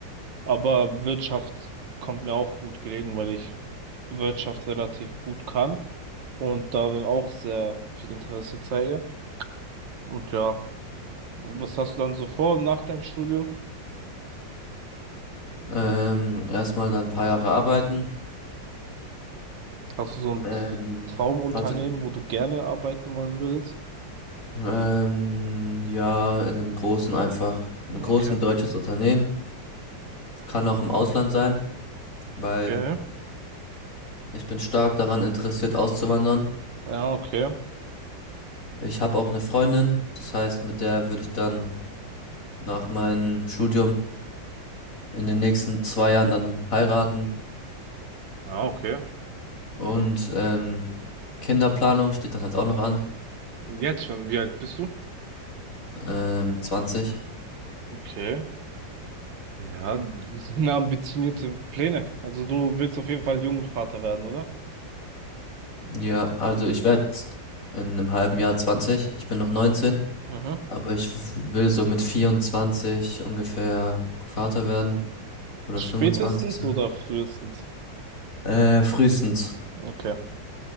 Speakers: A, on the right; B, on the left.
A: Aber Wirtschaft kommt mir auch gut gelegen, weil ich Wirtschaft relativ gut kann und darin auch sehr viel Interesse zeige. Und ja, und was hast du dann so vor nach deinem Studium?
B: Ähm, erstmal dann ein paar Jahre arbeiten.
A: Hast du so ein
B: Ähm,
A: Traumunternehmen,
B: also,
A: wo du gerne arbeiten wollen würdest?
B: ähm, ja, in einem großen einfach, einem
A: Okay,
B: großen deutsches Unternehmen. Kann auch im Ausland sein, weil
A: okay.
B: ich bin stark daran interessiert, auszuwandern.
A: Ja, okay.
B: Ich habe auch eine Freundin, das heißt, mit der würde ich dann nach meinem Studium in den nächsten zwei Jahren dann heiraten
A: Ah, okay.
B: und ähm, Kinderplanung steht dann halt auch noch an.
A: Jetzt schon. Wie alt bist du?
B: Ähm, 20.
A: Okay. Ja, Das sind ambitionierte Pläne. Also du willst auf jeden Fall Jungvater werden, oder?
B: Ja, also ich werde in einem halben Jahr 20. Ich bin noch 19,
A: Mhm.
B: aber ich w- will so mit 24 ungefähr Vater werden oder
A: Spätestens
B: 25 so.
A: oder frühestens?
B: Äh, frühestens.
A: Okay.